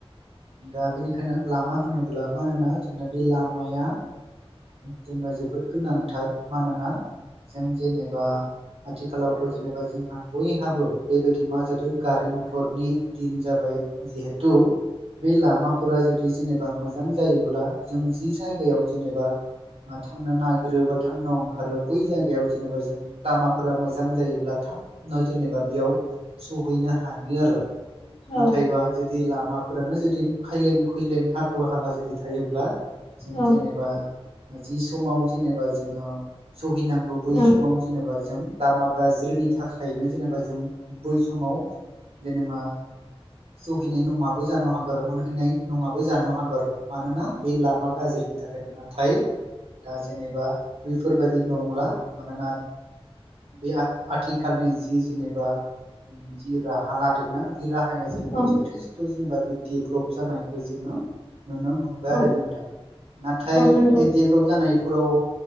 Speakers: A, on the right; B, on the left.
A: दा बेनिखायनो लामा होनोब्ला मानो होना जोंना बे लामाया। जोंनो जोबोद गोनांथार मानोना जों जेनेबा आथिखालावथ' जेनेबा जोंहा बयहाबो बेबायदि मा जादों गारि मथरनि दिन जाबाय। जिहतु बे लामाफोरा जुदि जेनेबा मोजां जायोब्ला जों जि जायगायाव जेनेबा थांनो नागिरो बा थांनो ओंखारो बै जायगायाव जेनेबा जों लामाफोरा मोजां जायोब्ला दा जेनेबा बेयाव सहैनो हायो आरो
B: औ
A: नाथायबा जुदि लाम फोरानो जुदि खायलें खुलें हाखर हाला जुदि थायोब्ला जों
B: औ
A: जेनेबा जि समाव जेनेबा जोङो सहिनांगौ बै
B: औ
A: समाव जेनेबा जों लामा गाज्रिनि थाखायनो जेनेबा जों बै समाव जेनेबा सहैनाय नङा ज हागार मोनहैनाय नङाबो जानो हागार मानोना बे लामा गाज्रिनि थाखाय नाथाय दा जेनेबा बैफोरबादि नंला मानोना बे आथिखालनि जि जेनेबा जि राहा लादोंना बे राहा हाया जेनेबा
B: औ
A: जथेस्थ' जेनेबा बे डेभलप जानायखौ जोङो नुनो मोनबाय आरो
B: औ
A: नोंथां नाथाय
B: औ नंगौ
A: बे डेभेलप जानायफोराव